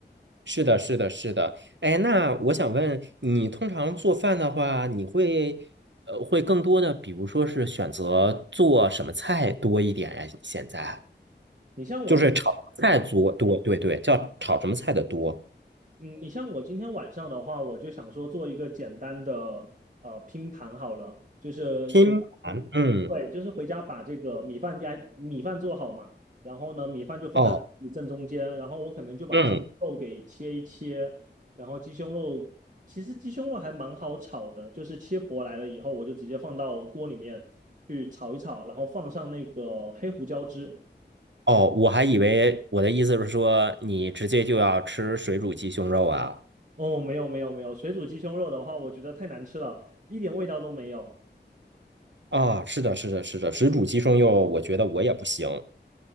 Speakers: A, on the right (about 80°); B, on the right (about 45°).
A: 是的，是的，是的。哎，那我想问你，通常做饭的话，你会呃会更多的，比如说是选择做什么菜多一点呀？现在
B: 你像我今天晚
A: 就是炒菜多多，对对，叫炒什么菜的多？
B: 嗯，你像我今天晚上的话，我就想说做一个简单的呃拼盘好了，就是回家那
A: 拼盘，嗯，
B: 对，就是回家把这个米饭加米饭做好嘛，然后呢米饭就放在正中间，
A: 哦，
B: 然后我可能就把鸡肉给切一切，
A: 嗯，
B: 然后鸡胸肉其实鸡胸肉还蛮好炒的，就是切薄来了以后，我就直接放到锅里面去炒一炒，然后放上那个黑胡椒汁。
A: 哦，我还以为我的意思是说，你直接就要吃水煮鸡胸肉啊。
B: 哦，没有没有没有，水煮鸡胸肉的话，我觉得太难吃了，一点味道都没有。
A: 啊，是的，是的，是的，水煮鸡胸肉，我觉得我也不行。